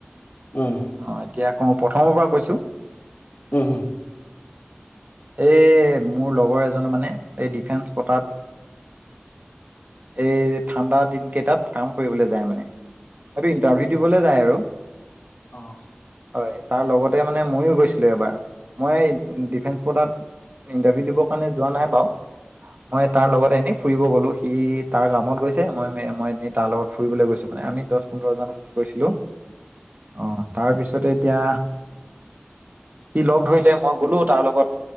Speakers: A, on the left; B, on the right.
A: উম
B: অ' এতিয়া আকৌ মই প্ৰথমৰ পৰা কৈছোঁ।
A: হু, হু।
B: এই মোৰ লগৰ এজন মানে এই ডিফেন্স কোটাত এই ঠাণ্ডা দিন কেইটাত কাম কৰিবলৈ যায় মানে হয়টো ইণ্টাৰভিউ দিবলৈ যায় আৰু।
A: অ'।
B: হয় তাৰ লগতে মানে ময়ো গৈছিলো এবাৰ। মই ডিফেন্স ট তাত ইণ্টাৰভিউ দিবৰ কাৰণে যোৱা নাই বাৰু। মই তাৰ লগত এনেই ফুৰিব গলো, সি তাৰ কামত গৈছে মই -মে এনেই তাৰ লগত ফুৰিবলৈ গৈছো মানে। আমি দশ পোন্ধৰ জন গৈছিলো। অহ তাৰ পিছতে এতিয়া, সি লগ ধৰিলে মই গলো তাৰ লগত।